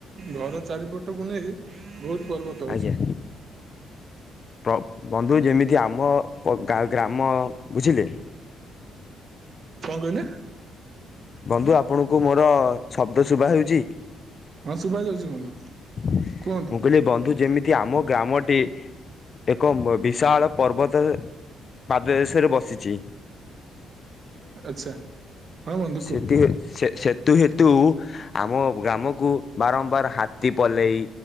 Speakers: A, on the right; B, on the left.
A: ଘର ଚାରିପଟ ଟକୁ ନେଇ ବହୁତ ପର୍ବତ
B: ଆଜ୍ଞା।
A: ଅଛି।
B: ପ୍ର ବନ୍ଧୁ ତୁ ଯେମିତି ଆମ ଗ୍ରାମ ବୁଝିଲେ
A: କଣ କହିଲେ।
B: ବନ୍ଧୁ ଆପଣଙ୍କୁ ମୋର ଶବ୍ଦ ଶୁଭା ହେଉଛି।
A: ହଁ ଶୁଭା ଯାଉଛି ବନ୍ଧୁ
B: ମୁଁ
A: କୁହନ୍ତୁ
B: କହିଲି ବନ୍ଧୁ ଯେମି ଠି ଆମ ଗ୍ରାମଟି ଏକ ବିଶାଳ ପର୍ବତ ପାଦଦେଶରେ ବସିଛି।
A: ଆଛା ହଁ ବନ୍ଧୁ
B: ସେତି
A: କୁହ
B: ସେ ସେ ତୁ ହେତୁ ଆମ ଗ୍ରାମକୁ ବାରମ୍ବାର ହାତୀ ପଲେଇ